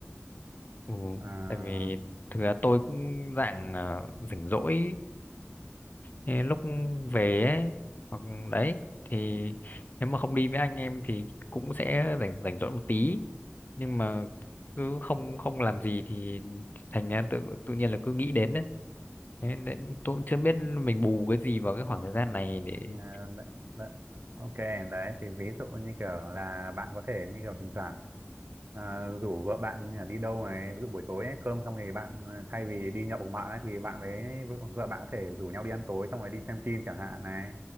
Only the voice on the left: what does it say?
Ừ,
tại vì thực ra tôi cũng dạng à, rảnh rỗi ờ, lúc về ấy hoặc đấy thì nếu mà không đi với anh em thì cũng sẽ rảnh rảnh rỗi một tí nhưng mà cứ không không làm gì thì thành ra tự tự nhiên là cứ nghĩ đến đấy Thế nên tôi cũng chưa biết mình bù cái gì vào cái khoảng thời gian này để